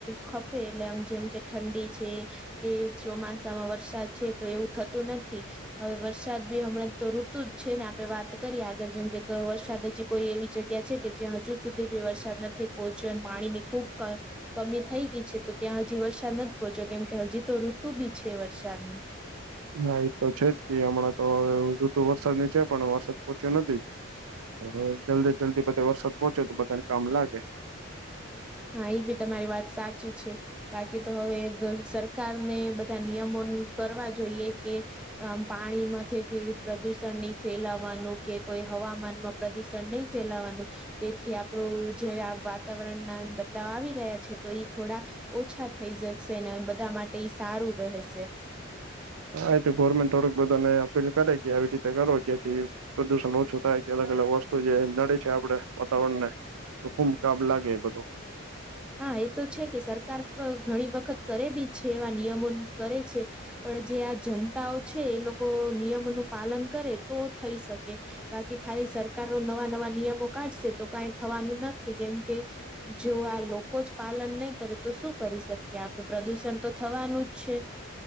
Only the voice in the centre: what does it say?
ખપે એટલે આમ જેમ કે ઠંડી છે એ ચોમાસામાં વરસાદ છે તો એવું થતું નથી. હવે વરસાદ બી હમણાં તો ઋતુ જ છે ને આપણે વાત કરીએ આગળ જેમ કે વરસાદ જે કોઈ એવી જગ્યા છે કે જ્યાં હજુ સુધી બી વરસાદ નથી પહોંચ્યો અને પાણી ની ખૂબ કમી થઈ ગઈ છે તો ત્યાં હજી વરસાદ નથી પહોંચ્યો કેમ કે હજી તો ઋતુ બી છે વરસાદની.
હા એ બી તમારી વાત સાચી છે. બાકી તો હવે સરકારને બધા નિયમો કરવા જોઈએ કે આમ પાણી માંથી કેઈ પ્રદુષણ નહી ફેલાવાનું કે કોઈ હવામાનમાં પ્રદુષણ નહીં ફેલાવાનું તેથી આપણું જે વાતાવરણના બદલાવ આવી રહ્યા છે તો ઈ થોડા ઓછા થઈ જશે ને બધા માટે ઈ સારું રહેશે.
હા એ તો છે કે સરકાર ઘણી વખત કરે બી છે એવા નિયમો કરે છે. પણ જે આ જનતાઓ છે એ લોકો નિયમોનું પાલન કરે તો થઈ શકે. બાકી ખાલી સરકાર ન નવા નવા નિયમો કાઢશે તો કઈ થવાનું નથી કેમ કે જો આ લોકો જ પાલન નહીં કરે તો શું કરી શકીએ આપણે પ્રદૂષણ તો થવાનું જ છે.